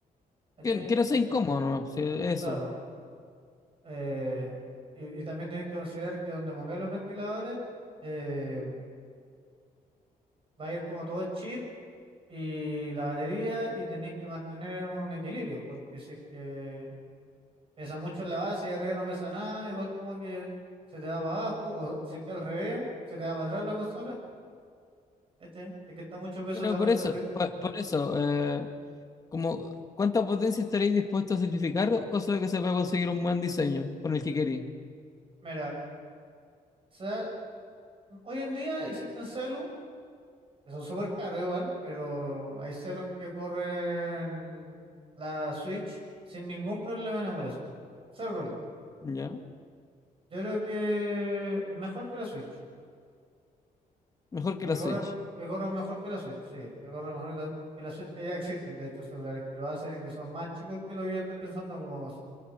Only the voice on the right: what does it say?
¿Cachai?
Eh,
claro. eh, y, y también tenés que considerar que donde pongáis los ventiladores eh, va a ir como todo el chip y la batería y tenéis que mantener un equilibrio, porque si es que Pesa mucho en la base y arriba no pesa nada, igual como que se te va para abajo, o se queda al revés, se te va para atrás la consola, ¿cachai? Se que está mucho peso
en la
parte
de arriba.
Mira, o sea, hoy en día existen celu, que son súper caros igual, pero hay celu que corren la Switch sin ningún problema en emulación. Cero problema.
Yo creo que mejor que la Switch.
Que
corran, que corran mejor que la Switch, sí, que corran mejor que la, que la Switch, que ya existen, de hecho, celulares que lo hacen y que son más chicos que lo que yo estoy pensando como consola.